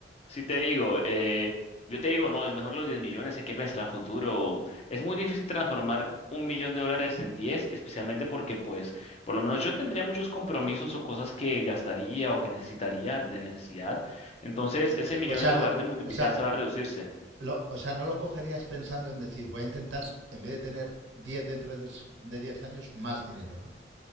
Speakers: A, on the left; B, on the right.
A: Si te digo, eh, yo te digo, no, es mejor los 10 millones, hay que pensar a futuro. Es muy difícil transformar un millón de dólares en 10, especialmente porque, pues, por lo menos yo tendría muchos compromisos o cosas que gastaría o que necesitaría de necesidad. Entonces, ese millón
B: O sea,
A: en lugar
B: no,
A: de multiplicar
B: o sea,
A: se va a reducirse.
B: lo- o sea, no lo cogerías pensando en decir, voy a intentar, en vez de tener 10 dentro de, des- de 10 años, más dinero, ¿no?